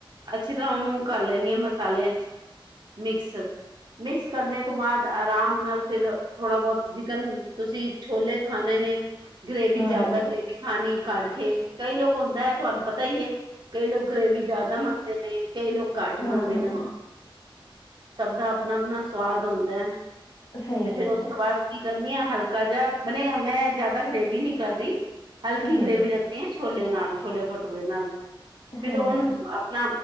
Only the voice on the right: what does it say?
ਅੱਛੀ ਤਰਾ ਓਹਨੂੰ ਕਰ ਲੈਨੀ ਆ ਮਸਾਲਿਆਂ ਚ ਮਿਕਸ। ਮਿਕਸ ਕਰਨੇ ਤੋਂ ਬਾਦ ਆਰਾਮ ਨਾਲ ਫਿਰ ਥੋੜਾ ਬੋਤ ਜਿਕਨ ਤੁਸੀਂ ਛੋਲੇ ਖਾਨੇ ਨੇ ਗਰੇਵੀ
ਜ਼ਿਆਦਾ, ਗਰੇਵੀ ਖਾਣੀ ਕੱਢ ਕੇ, ਕਈ ਲੋਕ ਹੁੰਦਾ ਹੈ, ਤੁਹਾਨੂੰ ਪਤਾ ਹੀ ਹੈ। ਕਈ ਲੋਕ ਗਰੇਵੀ ਜ਼ਿਆਦਾ ਮੰਗਦੇ ਨੇ, ਕਈ ਲੋਕ ਘੱਟ ਮੰਗਦੇ
ਨੇ
ਵਾਂ। ਸਭ ਦਾ ਆਪਣਾ-ਆਪਣਾ ਸਵਾਦ ਹੁੰਦਾ ਏ,
ਤੇ ਫੇਰ
ਉਸ
ਤੋਂ ਬਾਅਦ ਕੀ ਕਰਨੀ ਹ ਹਲਕਾ ਜਿਹਾ, ਬਣੇ ਮੈਂ ਜਿਆਦਾ ਗ੍ਰੇਵੀ ਨਇ ਕਰਦੀ, ਹਲਕੀ
ਗ੍ਰੇਵੀ ਰਖਦ ਰਖਨੀ ਆ ਛੋਲੇ ਨਾਲ, ਛੋਲੇ-ਭਟੂਰੇ ਨਾਲ, ਫਿਰ
ਉਹਨੂੰ ਆਪ